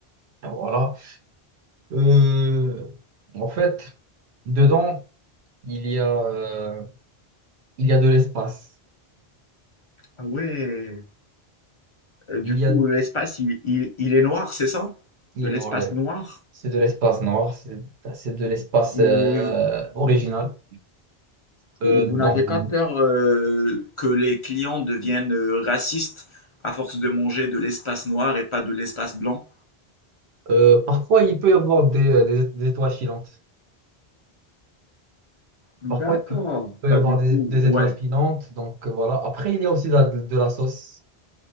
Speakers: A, on the right; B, on the left.
A: Et Voilà. Euh, en fait, dedans, il y a, euh, il y a de l'espace.
B: Ah ouais. Euh, du
A: Il
B: coup,
A: y a,
B: l'espace, il, il- il est noir, c'est ça?
A: il
B: De
A: est
B: l'espace
A: noir, là.
B: noir?
A: C'est de l'espace noir, c'est c'est de l'espace
B: Et,
A: euh, original. Euh,
B: Et vous
A: donc,
B: n'avez pas peur euh, que les clients deviennent euh, racistes à force de manger de l'espace noir et pas de l'espace blanc?
A: euh, parfois, il peut y avoir des, euh, des, des étoiles filantes.
B: d'accord.
A: Parfois, il peut, peut
B: Bah
A: y avoir
B: du coup,
A: des, des
B: ouais.
A: étoiles filantes. Donc, euh, voilà. Après, il y a aussi de la, de la sauce.